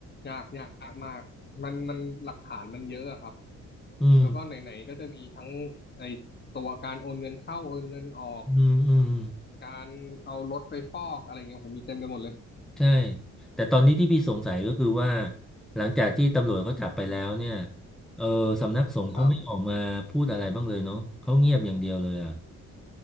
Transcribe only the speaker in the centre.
อืม
อืมอืม
ใช่แต่ตอนนี้ที่พี่สงสัยก็คือว่าหลังจากที่ตำรวจเขาจับไปแล้วเนี่ยเออสำนักสงฆ์เขาไม่ออกมาพูดอะไรบ้างเลยเนาะเขาเงียบอย่างเดียวเลยอ่ะ